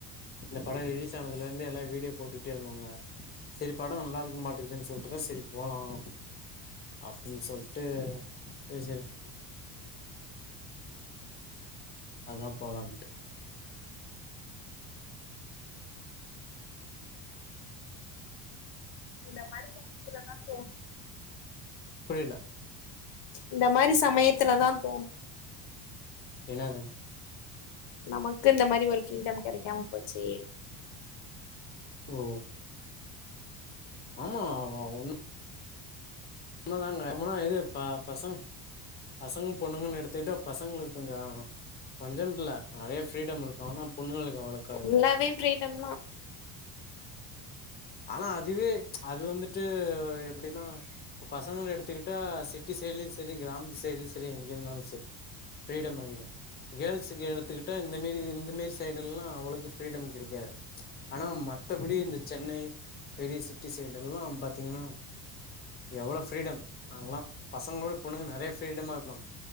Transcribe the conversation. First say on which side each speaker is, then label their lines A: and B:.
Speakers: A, on the left (about 20°); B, on the left (about 60°).
A: இந்த படம் ரிலீஸ் ஆனதுல இருந்தே எல்லா வீடியோ போட்டுட்டே இருந்தாங்க செரி படம் நல்லா இருக்கு மாட்டுக்தேன் சொல்ட்டுதா செரி போலாம் அப்டின் சொல்ட்டு பேசிருப் அதா போலான்ட்டு
B: இந்த மாரி சமயத்துல தா தோனு
A: புரியில
B: இந்த மாரி சமயத்துல தா தோணு
A: என்னாதுங்
B: நமக்கு இந்த மாரி ஒரு ஃப்ரீடம் கெடக்காம போச்சே
A: ஓ ஆமா அ ஒண் எமகாரங்க எ முன்னாடி இது ஆ ிஇதா இப் ஆ பசங்இ இது ப பசங்க பசங்க பொண்ணுங்கன்னு எடுத்துகிட்டா பசங்களுக் கொஞ்ச அ கொஞ்சன் ட்டல்ல நெறைய ஃப்ரீடம் இருக் ஆனா பொண்ணுங்களுக்கு அவ்ளோக்கா
B: ஃபுல்லாவே
A: இருக்கா
B: ஃப்ரீடம் தா
A: ஆனா அதுவே அது வந்துட்டு எப்பிடின்னா இப்ப பசங்கன் எடுத்துக்கிட்டா சிட்டி சைட்லயு செரி கிராமத்து சைட்லயு செரி எங்கிருந்தாலு செரி ஃப்ரீடம் அதிகோ கேர்ள்ஸுக்கு எடுத்துக்கிட்டா இந்த மேரி இந்த மேரி சைடெல்லா அவ்ளோக்கு ஃப்ரீடம் கெடைக்காது ஆனா மத்தபடி இந்த சென்னை பெரிய சிட்டி சைடெல்லா பாத்தீங்கனா எவ்ளோ ஃப்ரீடம் நாங்கலா பசங்களோட பொண்ணுங்க நெறைய ஃப்ரீடமா இருப்பாங்க